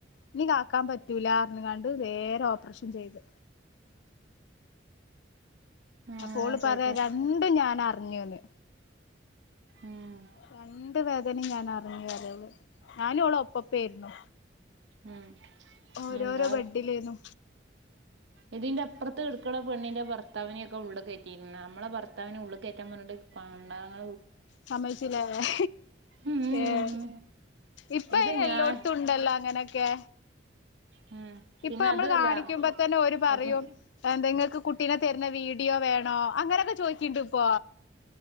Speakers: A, on the left; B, on the right.
A: ഇനി കാക്കാൻ പറ്റൂല പറഞ്ഞ്ങ്കാണ്ട് നേരെ ഓപ്പറേഷൻ ചെയ്ത് അപ്പ
B: അങ്ങനെയൊക്കെ
A: ഓള് പറയാ
B: ആയിട്ട്
A: രണ്ടും ഞാൻ അറിഞ്ഞൂന്ന്
B: ഉം
A: രണ്ട് വേദനയും ഞാൻ അറിഞ്ഞു വരവ് ഞാനും ഓളും ഒപ്പപ്പേര്ന്നു
B: ഉം
A: ഓരോരോ
B: എന്താ
A: ബഡ്ഡിലേര്ന്നു
B: ഇതിന്റെ അപ്പുറത്ത് കടക്കണ പെണ്ണിന്റെ ഭർത്താവിനെ ഒക്കെ ഉള്ളി കയറ്റിയിരുന്നു നമ്മള ഭർത്താവിനെ ഉള്ളിക്കയറ്റാൻ പറഞ്ഞിട്ട് പണ്ടങ്ങ
A: സമ്മയ്ച്ചില്ലാല്ലേ
B: ഉം
A: ഏഹ് ഇപ്പ
B: ഇത്
A: അയിന്
B: ഞാൻ
A: എല്ലോടത്തുംണ്ടല്ലോ അങ്ങനെക്കെ
B: ഉം
A: ഇപ്പൊ
B: പിന്നെ
A: നമ്മള്
B: അതുമല്ല
A: കാണിക്കുമ്പോ തന്നെ ഓര് പറയും.
B: ഇപ്പൊ
A: അതെന്തെങ്ങക്ക് കുട്ടീനെ തരുന്ന വീഡിയോ വേണോ അങ്ങനൊക്കെ ചോയിക്കിണ്ട് ഇപ്പോ